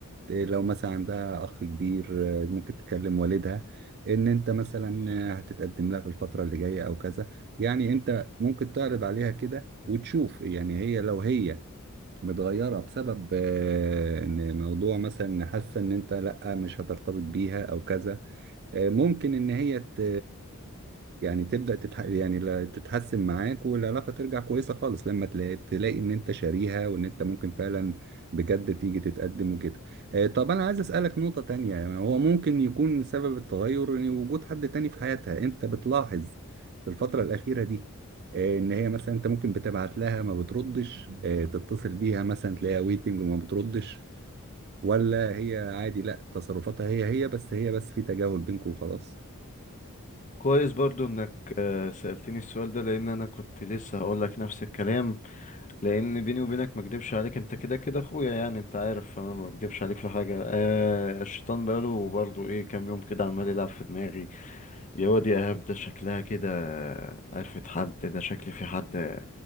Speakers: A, on the right (about 45°); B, on the left (about 35°).
A: إيه لو مثلا عندها اخ كبير آه، ممكن تكلم والدها ان انت مثلا آه، هتتقدم لها في الفتره اللي جايه او كذا يعني انت ممكن تعرض عليها كده وتشوف يعني هي لو هي متغيره بسبب آه، ان موضوع مثلا إن حاسه ان انت لا مش هترتبط بيها او كذا آه، ممكن ان هي ت... يعني تبدا تتح... يعني لا- تتحسن معاك والعلاقه ترجع كويسه خالص لما تلا- تلاقي ان انت شاريها وان انت ممكن فعلا بجد تيجي تتقدم وكده آه، طب انا عايز اسالك نقطه تانية يعني هو ممكن يكون سبب التغير إن وجود حد تاني في حياتها انت بتلاحظ في الفتره الاخيره دي آه، ان هي مثلا انت ممكن بتبعت لها ما بتردش آه، تتصل بيها مثلا تلاقيها ويتنج وما بتردش ولا هي عادي لا تصرفاتها هي هي بس هي بس في تجاهل بينكم وخلاص
B: كويس برضو انك آه، سألتني السؤال ده لان انا كنت لسه هقول لك نفس الكلام لان بيني وبينك ما اكدبش عليك انت كده كده اخويا يعني انت عارف فانا ما بكدبش عليك في حاجه آه الشيطان بقاله برضه ايه كام يوم كده عمال يلعب في دماغي يا واد يا ايهاب ده شكلها كده عرفت حد ده شكلي في حد